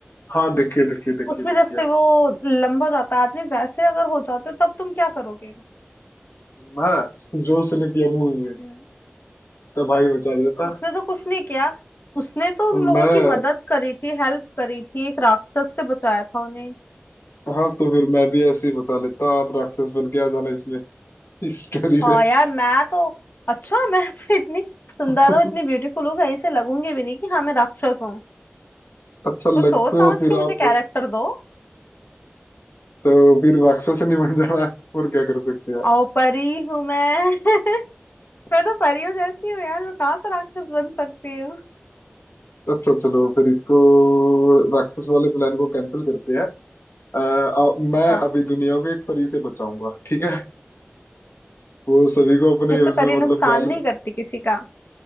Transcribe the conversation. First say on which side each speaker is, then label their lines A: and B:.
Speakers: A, on the left (about 70°); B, on the left (about 50°).
A: हाँ देखिए देखिए देखिए
B: उसमें
A: देखिए
B: जैसे वो लंबा हो जाता है आदमी वैसे अगर हो जाते हो तब तुम क्या करोगे
A: मैं जो उसने किया मूवी में
B: हम्म।
A: तो भाई बचा देता
B: उसने तो कुछ नहीं किया उसने तो उन
A: मैं
B: लोगों की मदद करी थी हेल्प करी थी एक राक्षस से बचाया था उन्हें
A: हाँ तो फिर मैं भी ऐसे ही बचा लेता आप राक्षस बन के आ जाना इसमें इस स्टोरी
B: हाँ
A: में
B: यार मैं तो अच्छा <laughs> मैं तो इतनी सुंदर
A: <laughs>
B: हूँ इतनी ब्यूटीफुल हूँ कहीं से लगूंगी भी नहीं कि हाँ मैं राक्षस हूँ
A: अच्छा लगते
B: तो सोच समझ
A: हो फिर
B: के मुझे
A: आप
B: कैरेक्टर दो
A: तो फिर राक्षस नहीं बन जाना है और क्या कर सकते हैं
B: ओ परी हूँ मैं <laughs> मैं तो परी हूँ जैसी हूँ यार मैं कहाँ से राक्षस बन सकती हूँ
A: अच्छा चलो फिर इसको राक्षस वाले प्लान को कैंसिल करते हैं अ, आ, मैं
B: हाँ
A: अभी दुनिया को एक परी से बचाऊंगा ठीक है वो सभी को अपने
B: जैसे
A: उसमें
B: परी नुकसान
A: मतलब जाल
B: नहीं करती किसी का